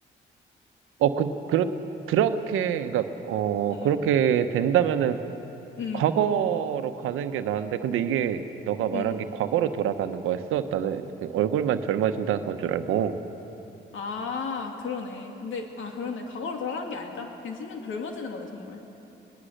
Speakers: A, on the right (about 80°); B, on the left (about 70°).
A: 어, 그, 그렇, 그렇게, 그러니까, 어,
B: 어어.
A: 그렇게 된다면은
B: 음,
A: 과거로 가는 게 나은데, 근데 이게 너가 말한
B: 음.
A: 게 과거로 돌아가는 거였어? 나는 그 얼굴만 젊어진다는 건 줄 알고.
B: 아, 그러네. 근데, 아, 그러네. 과거로 돌아가는 게 아니다. 그냥 10년 젊어지는 거네, 정말.